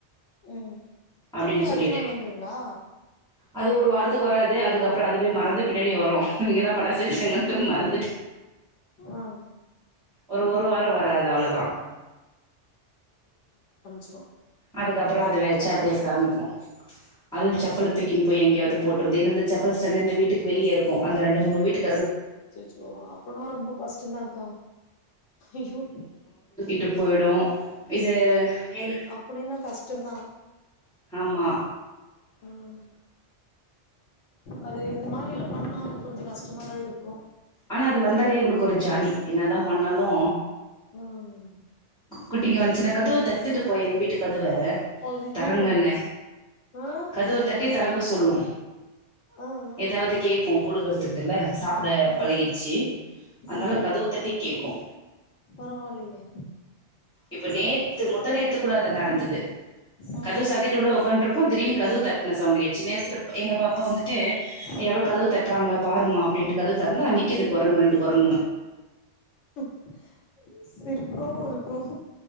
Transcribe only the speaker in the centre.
அப்டின்
சொல்லிட்டு
அது ஒரு வாரத்துக் வராது அதுக்கப்றோ அதுவே மறந்து பின்னாடி வரு இங்கதா பட்டாசு வச்ட்டாங்கன்ட்டுஇறந்து
ஒரு ஒரு வாரோ வராது அவ்ளதா
அதுக்கப்புறோ அப்டி ஆய்ட்சா அது ஒரு காமிடிமா அதூ செப்பல தூக்கின் போய் எங்யாவ்து போட்ரு ரெண்டு செப்பல் ஸ்டாண்டு எங்க வீட்டுக்கு வெளிய இருக்கு அந்த ரெண்டு மூணு வீட்டுக்
ட்டு போய்டு இது ஏங்
ஆமா
ஆனா அது வந்தாலே எங்ளுக்கு ஒரு ஜாலி என்னதா பண்ணாலு
குட்டிங்க வந்துச்சுனா கதுவ தட்டுது பா எங்க வீட்டு கதுவ
தரங்கன்ன
கதவ தட்டி தரக்கு சொல்லு
ஏதாவ்து கேக்கு குடுக் இதுக்குல்ல சாப்ட
பழகிட்ச்சு அதுனால
கதவத்தட்டி கேக்கு
இப்ப நேத்து முந்தா நேத்து கூட அது நடந்தது
கதவு சாதிட்டு உள்ள ஒக்கான் இருக்கு திடீனு கதவு தட்ன சவுண்டு கேட்ச்சு இந்நேர்துக்கு எங்க பாப்பா வந்துட்டு
யாரோ கதவு தட்றாங்க பாருமா அப்டின்ட்டு கதவு தரந்தா நிக்குது கொரங்கு ரெண்டு கொரங்